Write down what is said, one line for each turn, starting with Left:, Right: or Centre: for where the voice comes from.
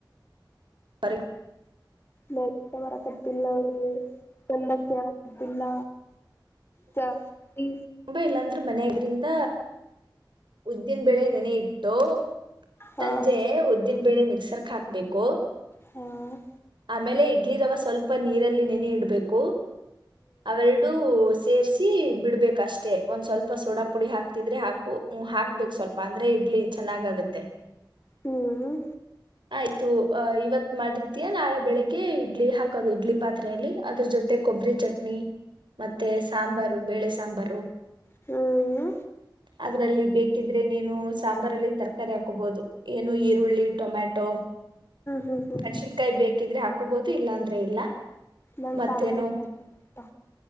Right: ಅರಿ
Left: ನೆಟ್ ಬರಾಕತ್ತಿಲ್ಲೆ ತಂದ ಕೇಳತ್ತ್ ಇಲ್ಲ ಚ ಈ
Right: ತುಂಬ ಇಲ್ಲಾಂದ್ರೆ ಮನೆದ್ರಿಂದ ಉದ್ದಿನ ಬೆಳೆ ನೆನೆ ಇಟ್ಟು
Left: ಹಾ
Right: ಸಂಜೆ ಉದ್ದಿನ್. ಬೆಳೆ ಮಿಕ್ಸರ್ ಆಕ್. ಬೇಕು
Left: ಹಾ ಹ್ಮ್
Right: ಆಮೇಲೆ ಇಡ್ಲಿ ರವೆ ಸ್ವಲ್ಪ ಲ್ಪ ನೀರಲ್ಲಿ ನೆನೆ ಇಡ್ಬೇಕು. ಅವೆರಡೂ ಸೇರ್ಸಿ ಬಿಡ್ಬೇ ಎ ಒಂದ್ ಸ್ವಲ್ಪ ಸೋಡಾ ಪುಡಿ ಹಾಕ್ತಿದ್ರೆ ಹಾಕು. ಹ್ಮ್ ಹಕ್ಬೇಕ್ ಸ್ವಲ್ಪ ಅಂದ್ರೆ ಇಡ್ಲಿ ಚೆನ್ನಾಗಾಗ ತೇ.
Left: ಹ್ಮ್ ಹ್ಮ್
Right: ಆಯ್ತು ಅ ಇವತ್ ಮಾಡಿರ್ ತಿಯ ನಾಳೆ ಬೆಳಿಗ್ಗೆ ಇಡ್ಲಿ ಹಾಕೋದು ಇಡ್ಲಿ ಪಾತ್ರೆಯಲ್ಲಿ ಅದ್ರ ಜೊತೆ ಕೊಬ್ಬರಿ ಚಟ್ನಿ ಮತ್ತೆ ಸಾಂಬಾರು ಬೇಳೆಸ್. ಸಾಂಬಾರು
Left: ಹ್ಮ
Right: ಅದ್ರಲ್ಲಿ ಬೇಕಿದ್ರೆ ನೀನು ಸಾಂಬಾರಲ್ಲಿ ತರಕಾರಿ ಹಾಕೋಬೊದು ಏನು ಈರುಳ್ಳಿ ಟೊಮ್ಯಾಟೊ
Left: ಹ್ಮ್ ಹ್ಮ್
Right: ಮೆಣ್ಸಿನ್ಕಾಯಿ ಬೇಕಿದ್ರೆ ಹಾಕೋಬೋದು ಇಲ್ಲಾಂದ್ರೆ ಇಲ್ಲ
Left: ನಂಗ್
Right: ಮತ್ತೇನು
Left: ಸಾಂಬಾರ್ ಮಾಡಕ್ ಬರುತ್ತ